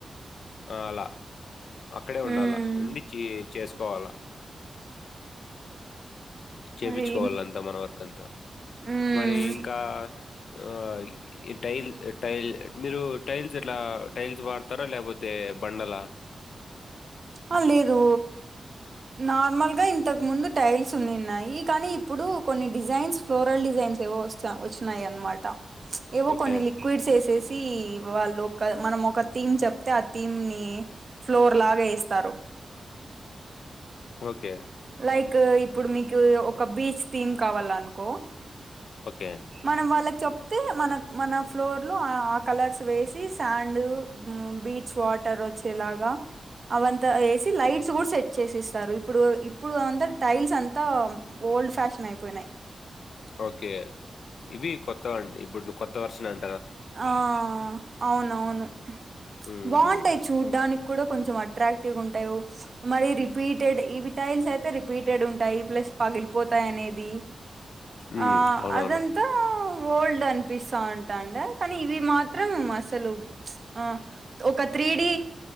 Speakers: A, on the left (about 80°); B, on the right (about 40°).
A: ఆ అలా అక్కడే ఉండాలా
B: ఉమ్
A: ఉండి చే చేసుకోవాలా చేపించుకోవాలంత
B: అది
A: మన వరకు అంతా
B: ఉమ్
A: మరి ఇంకా ఆ టైల్ టైల్ మీరు టైల్స్ ఇట్లా టైల్స్ వాడు తర లేపోతే బండల
B: ఆ లేదు నార్మల్ గా ఇంతకు ముందు టైల్స్ ఉన్నాన్నాయి కానీ ఇప్పుడు కొన్ని డిజైన్స్ ఫ్లోరల్ డిజైన్స్ ఏవో వస్తా వచ్చినాయి అనమాట ప్చ్ ఏవో
A: ఓకే.
B: కొన్ని లిక్విడ్ ఏసేసి తీ వాళ్ళు ఒక మనం ఒక థీమ్ చెప్తే ఆ థీమ్ ని ఫ్లోర్ లాగా ఏస్ తరు
A: ఓకే
B: లైక్ ఇప్పుడు మీకు ఒక బీచ్ థీమ్ కావాలనుకో
A: ఓకే.
B: మనం వాళ్లకి చెప్తే మనక్ మన ఫ్లోర్ లో ఆ ఆ కలర్స్ వేసి శాండ్ బీచ్ వాటర్ వచ్చేలాగా అవంతా వేసి లైట్స్ గూడా సెట్ చేసి ఇస్తారు ఇప్పుడు ఇప్పుడంతా టైల్స్ అంతా ఓల్డ్ ఫ్యాషన్ అయిపోయినయ్
A: ఓకే ఇవి కొత్తవండి ఇప్పుడు కొత్తగ వర్షన్ అం
B: ఆ అవునవును
A: హ్మ్.
B: బాగుంటాయి చూడ్డానికి ఇప్పుడు కొంచెం అట్రాక్టివ్ ఉంటాయ్ మరి రిపీటెడ్ ఇవి టైల్స్ అయితే రిపీటెడ్ ఉంటాయి ప్లస్ పగిలిపోతాయి అనేది
A: హ్మ్. హ్మ్.
B: ఆ
A: అవునవును.
B: అదంతా ఓల్డ్ అనిపిస్తా ఉంటాండ కానీ ఇవి మాత్రం మస్ అసలు ప్చ్ ఆ ఒక త్రీ డి